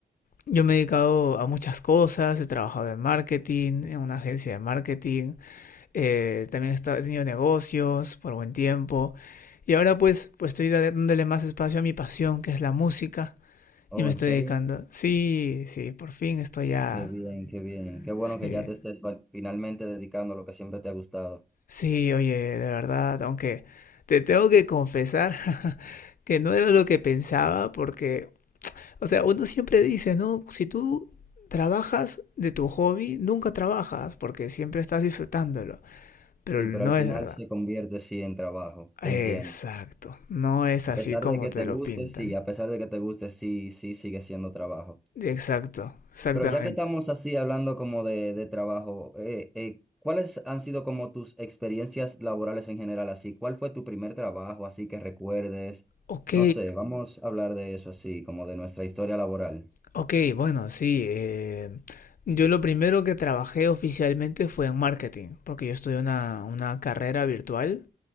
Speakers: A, on the left; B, in the centre.
A: yo me he dedicado a muchas cosas, he trabajado en marketing, en una agencia de marketing, Eh, también he, he tenido negocios por buen tiempo. Y ahora pues, pues estoy da- dándole más espacio a mi pasión, que es la música,
B: Oh,
A: y me estoy
B: ¿en serio?
A: dedicando. Sí, sí, por fin estoy ya.
B: Qué bien, qué bien. Qué bueno
A: Sí,
B: que ya te estés fa- finalmente dedicando a lo que siempre te ha gustado.
A: sí, oye, de verdad, aunque te tengo que confesar <laughs> que no era lo que pensaba, porque, o sea, uno siempre dice, ¿no? Si tú trabajas de tu hobby, nunca trabajas, porque siempre estás disfrutándolo. Pero
B: Sí,
A: no
B: pero al final
A: es verdad.
B: se convierte sí en trabajo,
A: Exacto.
B: te entiendo.
A: No es
B: A
A: así
B: pesar
A: como
B: de que
A: te
B: te
A: lo
B: guste,
A: pintan.
B: sí, a pesar de que te guste, sí, sí, sigue siendo trabajo.
A: Exacto, exactamente.
B: Pero ya que estamos así hablando como de, de trabajo, eh, eh, ¿cuáles han sido como tus experiencias laborales en general así? ¿Cuál fue tu primer trabajo así que recuerdes?
A: Ok,
B: No sé, vamos a hablar de eso así, como de nuestra historia laboral.
A: ok, bueno, sí. eh, yo lo primero que trabajé oficialmente fue en marketing, porque yo estudié una, una carrera virtual